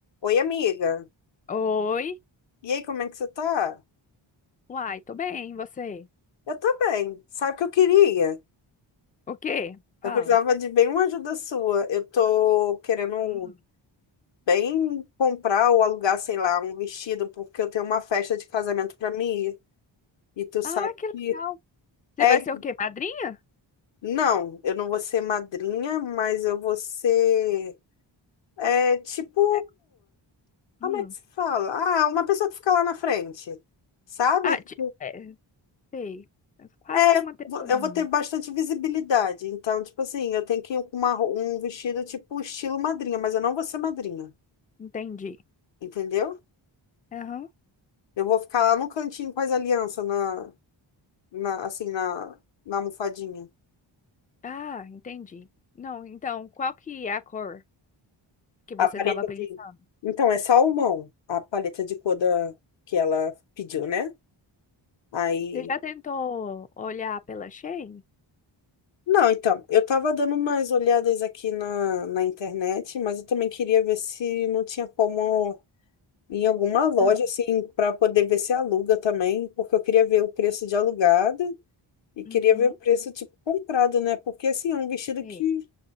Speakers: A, on the left; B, on the left.
A: Oi, amiga.
B: Oi?
A: E aí, como é que você tá?
B: Uai, tô bem, e você?
A: Eu tô bem. Sabe o que eu queria?
B: O quê? Fala.
A: Eu precisava de bem uma ajuda sua. Eu tô querendo
B: Hum,
A: bem comprar ou alugar, sei lá, um vestido, porque eu tenho uma festa de casamento pra mim ir. E tu sabe
B: Ah, que legal.
A: que...
B: Você
A: É,
B: vai ser o quê? Madrinha?
A: não, eu não vou ser madrinha, mas eu vou ser... É, tipo...
B: É.
A: Como
B: Hum.
A: é que se fala? Ah, uma pessoa que fica lá na frente, sabe?
B: Ah, ti- é, sei. É Quase
A: É,
B: que uma testemunha.
A: vo- eu vou ter bastante visibilidade. Então, tipo assim, eu tenho que ir com uma ro- um vestido tipo estilo madrinha, mas eu não vou ser madrinha,
B: Entendi.
A: entendeu?
B: Aham.
A: Eu vou ficar lá no cantinho com as alianças na, na assim, na, na almofadinha.
B: Ah, entendi. Não, então, qual que é a cor que você
A: A paleta
B: tava pensando?
A: de... Então, é salmão, a paleta de cor da... que ela pediu, né? Aí...
B: Você já tentou olhar pela Shein?
A: Não, então, eu tava dando umas olhadas aqui na, na internet, mas eu também queria ver se não tinha como em alguma loja,
B: Ah,
A: assim, para poder ver se aluga também, porque eu queria ver o preço de alugado e queria
B: uhum.
A: ver o preço, tipo, comprado, né? Porque, assim, é um vestido
B: Sei.
A: que